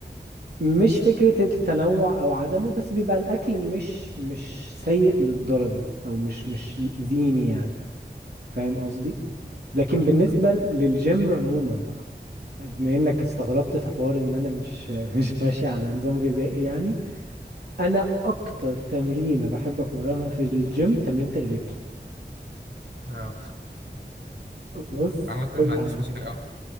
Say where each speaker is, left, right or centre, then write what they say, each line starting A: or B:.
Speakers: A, on the right (about 65°); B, on the right (about 80°).
A: مش فكرة التنوع او عدمه بس بيبقى الاكل مش مش سيء للدرجة او مش مش يأذيني يعني فاهم قصدي لكن
B: فاهمك
A: بالنسبة
B: بقى
A: للجيم عموما بقى بما انك استغربت في حوار ان انا مش مش ماشي على نظام غذائي يعني انا اكتر تمرينه بحب اتمرنها في الجيم تمرينة الرجل
B: آه،
A: بص
B: عامة
A: كل
B: ما عنديش
A: حاجة
B: مشاكل أوي